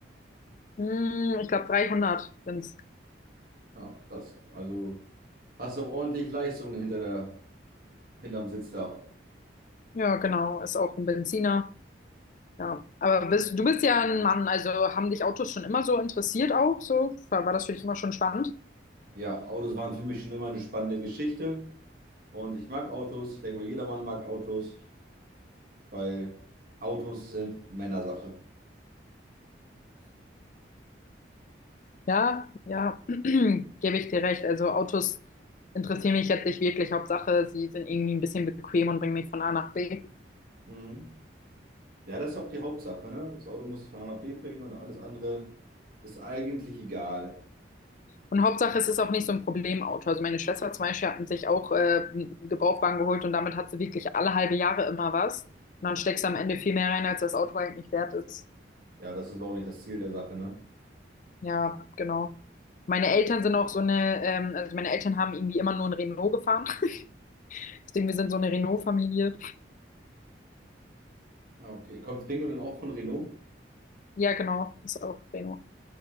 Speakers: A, on the left (about 40°); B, on the right (about 50°).
A: Hm, ich glaube 300 sind's.
B: Ah, krass. Also hast du ordentlich Leistung hinter der, hinterm Sitz da.
A: Ja, genau, ist auch ein Benziner. Ja, aber bist, du bist ja ein Mann, also haben dich Autos schon immer so interessiert auch so? War, war das für dich immer schon spannend?
B: Ja, Autos waren für mich schon immer eine spannende Geschichte. Und ich mag Autos. Ich denke mal, jedermann mag Autos, weil Autos sind Männersache.
A: Ja, ja, <clears throat> gebe ich dir recht. Also Autos interessieren mich jetzt nicht wirklich. Hauptsache, sie sind irgendwie ein bisschen bequem und bringen mich von A nach B.
B: Mhm. Ja, das ist ja auch die Hauptsache, ne? Das Auto muss ich von A nach B bringen und alles andere ist eigentlich egal.
A: Und Hauptsache, es ist auch nicht so ein Problemauto. Also meine Schwester zum Beispiel hat sich auch äh, einen Gebrauchtwagen geholt und damit hat sie wirklich alle halbe Jahre immer was. Und dann steckst du am Ende viel mehr rein, als das Auto eigentlich wert ist.
B: Ja, das ist auch nicht das Ziel der Sache, ne?
A: Ja, genau. Meine Eltern sind auch so eine, ähm, also meine Eltern haben irgendwie immer nur ein Renault gefahren. <laughs> Deswegen, wir sind so eine Renault-Familie.
B: Ah, Okay. Kommt Twingo denn auch von Renault?
A: Ja, genau, ist auch Renault.